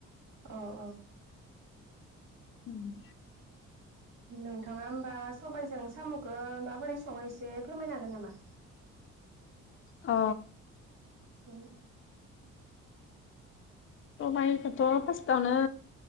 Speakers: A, on the right; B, on the left.
A: अ अ।
B: उम।
A: नोंथाङा होमबा सबायजों साम'खौ माबोरै सङो एसे फोरमायनो हागोन नामा?
B: अ।
A: उम।
B: सबायाइखौथ' फार्स्टावनो।